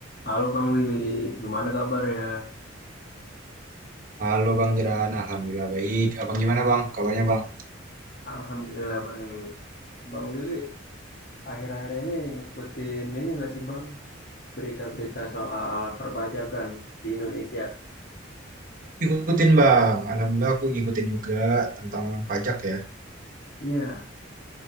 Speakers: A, on the left (about 50°); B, on the right (about 40°).
A: Halo Bang Willy, gimana kabar ya?
B: Halo Bang Jeran, Alhamdulillah baik. Abang gimana Bang? Kabarnya Bang?
A: Alhamdulillah baik. Bang Willy, akhir-akhir ini ngikutin ini nggak sih Bang? Berita-berita soal perpajakan di Indonesia.
B: Ikutin Bang, Alhamdulillah aku ngikutin juga tentang pajak ya.
A: Iya,